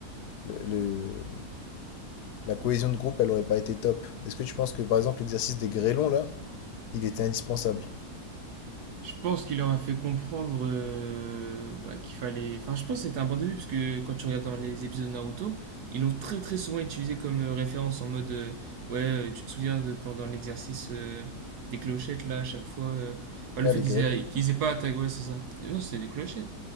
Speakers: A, on the left; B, on the right.
A: le, le- la cohésion de groupe, elle aurait pas été top? Est-ce que tu penses que, par exemple, l'exercice des grêlons, là, il était indispensable?
B: Je pense qu'il leur a fait comprendre euh, bah, qu'il fallait. Enfin, je pense que c'était un bon début, parce que quand tu regardes dans les épisodes de Naruto, ils l'ont très très souvent utilisé comme euh, référence en mode euh, Ouais, euh, tu te souviens de pendant l'exercice euh, des clochettes là, à chaque fois. euh, Enfin, le
A: Là,
B: fait
A: les
B: qu'ils
A: grêlons,
B: aient, qu'ils aient pas attaqué. Ouais, c'est ça. Et Non, c'était des clochettes.